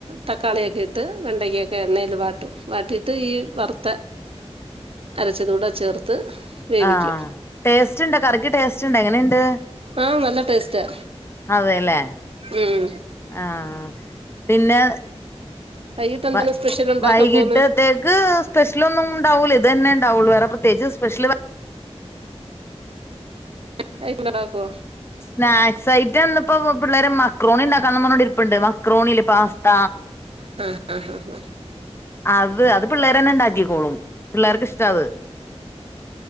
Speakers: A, on the right; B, on the left.
A: ത ക്കാളിയൊക്കെ ഇട്ട് വെണ്ടക്കൊക്കെ എണ്ണൽ വാട്ടും വാട്ടിയിട്ട് ഈ വറുത്ത അരച്ചതൂടെ ചേർത്ത് വേവിക്കും
B: ആഹ് ടേസ്റ്റ് ഉണ്ട് കറക്ക് ടേസ്റ്റ് ഉണ്ട് എങ്ങനെയുണ്ട്
A: ആഹ് നല്ല ടേസ്റ്റാ
B: അതെല്ലേ
A: ഉം
B: ആഹ് പിന്നെ
A: വൈകിട്ട് എന്താണ്
B: വൈ
A: സ്പെഷ്യൽ ഉണ്ടാക്കാൻ
B: വൈകിട്ടത്തേക്ക്
A: പോകുന്നെ
B: സ്പെഷ്യൽ ഒന്നും ഉണ്ടാവൂല ഇത് ന്നെ ഉണ്ടാവുള്ളൂ വേറെ പ്രത്യേകിച്ച് സ്പെഷ്യൽ വെ
A: <unintelligible>
B: സ്നാക്സ് ഐറ്റം ഇന്നിപ്പോ പിള്ളേര് മക്രോണി ഉണ്ടാക്കാന്ന് പറഞ്ഞോണ്ട് ഇരിപ്പുണ്ട് മക്രോണിയില്ലേ പാസ്ത
A: ആഹ ആഹ ആ
B: അത് അത് പിള്ളേർ തന്നെ ഉണ്ടാക്കിക്കോളും പിള്ളേർക്ക് ഇഷ്ട അത്